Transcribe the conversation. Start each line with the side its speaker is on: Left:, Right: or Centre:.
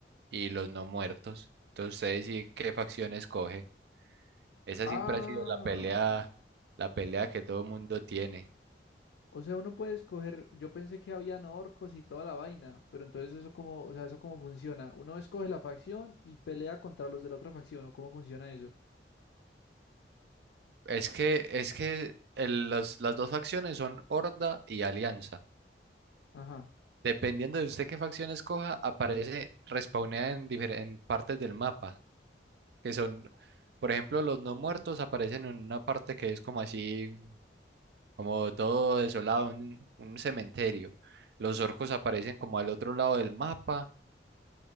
Right: y los no muertos, entonces usted decide qué facción escoge. Esa
Left: Ah,
Right: siempre ha sido la pelea, la pelea que todo el mundo tiene.
Left: o sea, uno puede escoger, yo pensé que habían orcos y toda la vaina, pero entonces eso cómo, o sea, eso cómo funciona. Uno escoge la facción y pelea contra los de la otra facción, ¿o cómo funciona eso?
Right: Es que, es que el- los- las dos facciones son Horda y Alianza.
Left: Ajá.
Right: Dependiendo de usted qué facción escoja, aparece respawnea en, difer- en partes del mapa, que son, por ejemplo, los no muertos aparecen en una parte que es como así, como todo desolado, un, un cementerio. Los orcos aparecen como al otro lado del mapa.